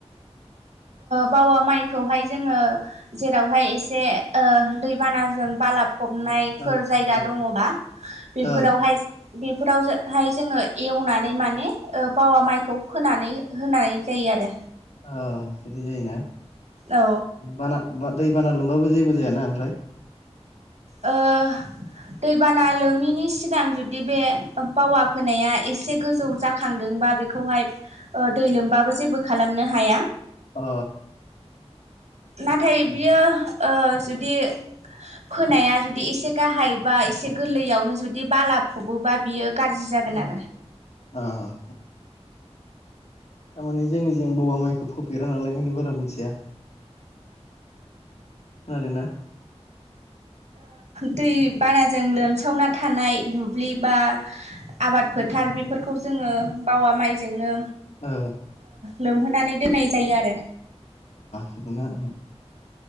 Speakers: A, on the right; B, on the left.
A: बावा माइखौहाय जोङो जेरावहाय एसे दैबानाजों बालार् फबनायफोर
B: ओ
A: जायगा
B: ओ
A: दङबा बेफोरावहाय
B: ओ
A: बेफोराव। हाय जोङो एवनानै माने बावा माइखौ फोनानै होनाय जायो आरो
B: अ बिदि जायोना
A: औ
B: बाना। दै बाना लोमबाबो जेबो जायाना ओमफ्राय
A: ओ दैबाना लोमैनि सिगां जुदि बे बावा फोनाया एसे गोजौ जाखांदो बा बेखौहाय दै लोमबाबो जेबो खालामनो हाया
B: अ।
A: नाथाय
B: उम
A: बियो जुदि फोनाया जुदि एसे गाहाय बा एसे गोरलैयावनो जुदि बाला फबोबा बियो गाज्रि जागोन
B: उम
A: आरो।
B: अ- थारमाने जोंनि जों बाववा माइखौ फोफेरा नालाय ओंखायनो बारा मिथिया। खोनादोंना
A: दै बानाजों लोमसावना थानाय दुब्लि बा आबाद फोथार बेफोरखौ जोङो बावा माइजोंनो
B: ओ
A: लोमहोनानै दोननाय जायो आरो।
B: बिदिनो।